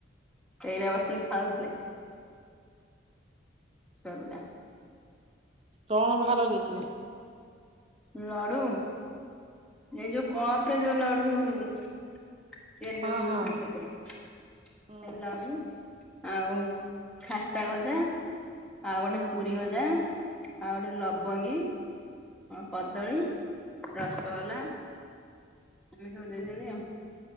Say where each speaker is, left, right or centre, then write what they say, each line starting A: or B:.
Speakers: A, in the centre; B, on the right.
A: ସେଇରା
B: ହୁଁ
A: ବସିକି
B: ହୁଁ
A: ଖାଉଥିଲେ। ଛୁଆ ପିଲା।
B: କଣ ଭାର ଦେଇଥିଲେ?
A: ଲଡୁ, ଏ ଯୋଉ କପରେ ଯୋଉ ଲଡୁ। ତିଆରି
B: ହଁ
A: କରିକି
B: ହଁ
A: ଦଉଚନ୍ତି ତତେ। ସେ
B: ହୁଁ
A: ଲଡୁ ଆଉ ଖାସ୍ତା ଗଜା ଆଉ
B: ହୁଁ
A: ଗୋଟେ ପୁରୀ ଗଜା। ଆଉ ଗୋଟେ ଲବଙ୍ଗୀ,
B: ହୁଁ
A: କଦଳୀ, ରସୋଗୋଲା।
B: ହୁଁ
A: ଏମିତି ସବୁ ଦେଇଛନ୍ତି ଆଉ।